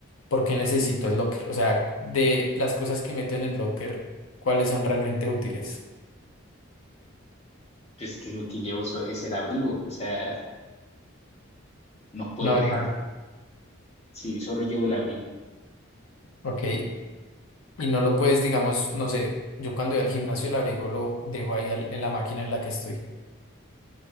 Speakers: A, on the left; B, on the left.
A: por qué necesito el locker. O sea, de las cosas que meto en el locker, ¿cuáles son realmente útiles?
B: Pues que lo que llevo so- es el abrigo, o sea, no puedo
A: Un abrigo.
B: dejarlo. Sí, solo llevo el abrigo,
A: Ok. Y no lo puedes, digamos, no sé, yo cuando voy al gimnasio el abrigo lo dejo ahí al- en la máquina en la que estoy.